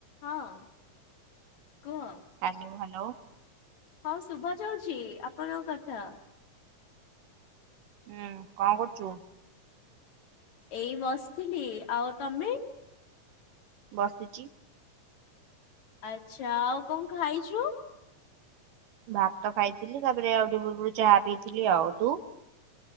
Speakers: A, on the left (about 60°); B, on the right (about 80°).
A: ହଁ, କୁହ?
B: Hello, hello.
A: ହଁ ଶୁଭାଯାଉଛି ଆପଣଙ୍କ କଥା।
B: ହୁଁ କଣ କରୁଚୁ?
A: ଏଇ ବସିଥିଲି ଆଉ ତମେ?
B: ବସିଛି।
A: ଆଚ୍ଛା ଆଉ କଣ ଖାଇଛୁ?
B: ଭାତ ଖାଇଥିଲି ତାପରେ ଆଉ ଟିକେ ପୂର୍ବରୁ ଚାହା ପିଇଥିଲି ଆଉ, ତୁ?